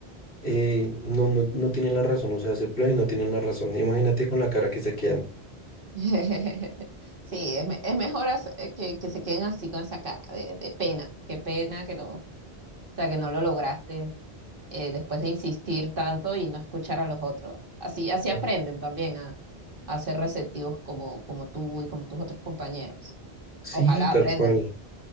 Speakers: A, on the left; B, on the right.
A: eh, no, no, no tienen la razón, o sea, se prueba y no tienen la razón. Imagínate con la cara que se quedan.
B: <laughs> Sí, es, me- es mejor hace- eh, que, que se queden así con esa cara de, de pena, qué pena que no, o sea, que no lo lograste eh, después de insistir tanto y no escuchar a los otros. Así, así
A: Ah.
B: aprenden también a, a ser receptivos como, como tú y como tus otros compañeros.
A: Sí,
B: Ojalá
A: tal
B: aprendan.
A: cual,